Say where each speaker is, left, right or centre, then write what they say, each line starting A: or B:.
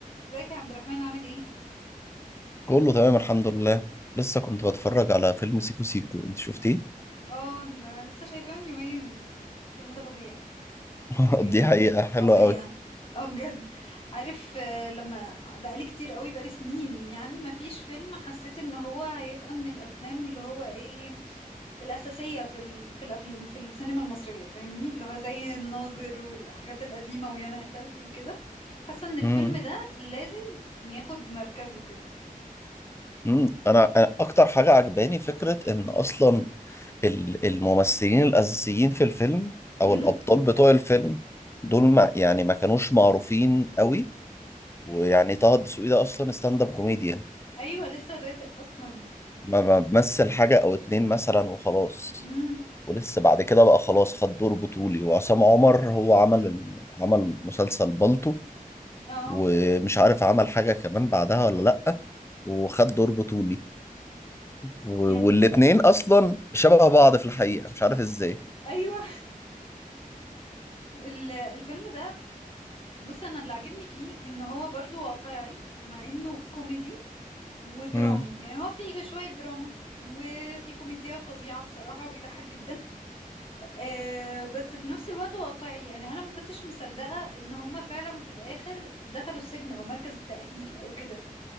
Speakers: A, on the left; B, on the left.
A: ازيك يا عبد الرحمن عامل ايه؟
B: كله تمام الحمد لله لسه كنت بتفرج على فيلم سيكو سيكو انت شفتيه
A: اه انا لسه شايفاه من يومين الفيلم ده فظيع
B: <laughs>
A: اه يعني
B: دي حقيقة حلوة
A: فظيع
B: قوي
A: اه بجد عارف آه، لما بقالي كتير قوي بقالي سنين يعني ما فيش فيلم حسيت ان هو هيبقى من الافلام اللي هو ايه الاساسية في ال... في الافلام في السينما المصرية فاهمني اللي هو زي الناظر والحاجات القديمة ويانا يا خالتي وكده حاسة ان الفيلم
B: مم.
A: ده لازم ياخد مركزه كده
B: مم. انا انا اكتر حاجة عجباني فكرة ان اصلا ال- الممثلين الاساسيين في الفيلم او
A: امم
B: الابطال بتوع الفيلم دول
A: امم
B: ما يعني ما كانوش معروفين قوي ويعني طه الدسوقي ده اصلا ستاند اب كوميديان
A: ايوه لسه بادئ اصلا
B: ما ما بمثل حاجة او اتنين مثلا وخلاص
A: امم
B: ولسه بعد كده بقى خلاص خد دور بطولي وعصام عمر هو عمل ال- عمل مسلسل بالطو
A: اه
B: ومش عارف عمل حاجة كمان بعدها ولا لأ وخد دور بطولي و-
A: يعني
B: والاتنين أصلا شبه بعض في الحقيقة مش عارف إزاي
A: ايوه <laughs> ال- الفيلم ده بص انا اللي عجبني فيه ان هو برضو واقعي مع انه كوميدي ودرامي
B: مم.
A: يعني هو فيه شوية دراما وفي كوميديا فظيعة بصراحة بيضحك جدا آه بس في نفس الوقت واقعي يعني انا ما كنتش مصدقة ان هما فعلا في الاخر دخلوا السجن او مركز التأهيل او كده